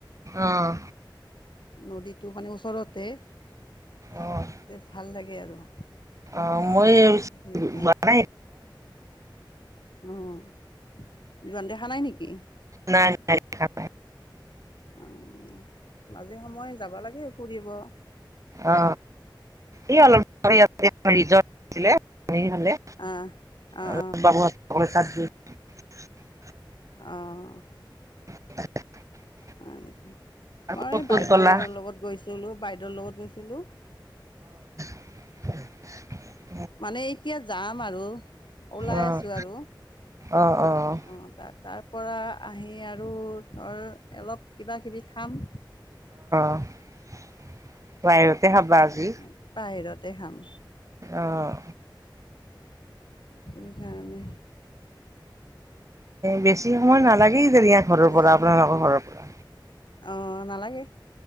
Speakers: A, on the right (about 40°); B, on the left (about 70°).
A: আহ
B: নদীতো মানে ওচৰতে তে
A: অ'
B: ভাল লাগে আৰু সেইখিনাই
A: অ' মই যোৱা নাই
B: উহ যৈন দেখা নাই নেকি?
A: নাই নাই খাপাই
B: অঁ মাজে সময়ে যাব লাগে ফুৰিব
A: অ কি অলপ <unintelligible> ৰিজৰ্ট আছিলে। খালি হ'লে
B: অঁ অঁ
A: আৰু বাবু এচাত দিম। <unintelligible>
B: আহঁ
A: <unintelligible>
B: অ নিকি মই
A: ক'ত
B: এই
A: ক'ত
B: বাইদেউৰ
A: গ'লা?
B: লগত গৈছিলোঁ বাইদেউৰ লগত গৈছিলোঁ।
A: <inaudible>
B: মানে এতিয়া যাম আৰু ওলাই
A: অ',
B: আছোঁ আৰু
A: অ', অ',
B: অঁ তাত তাৰপ আহি আৰু আৰু অলপ কিবা কিবি খাম।
A: <inaudible>
B: খাই
A: খাবা
B: কিনে
A: আজি?
B: বাহিৰতে খাম।
A: অ',
B: সেইকাৰণে
A: বেছি মই নালাগে কিজানি ইয়াৰ ঘৰৰ
B: বেছি
A: পৰা আপোনালোকৰ
B: অ
A: ঘৰৰ পৰা?
B: আহ নালাগে।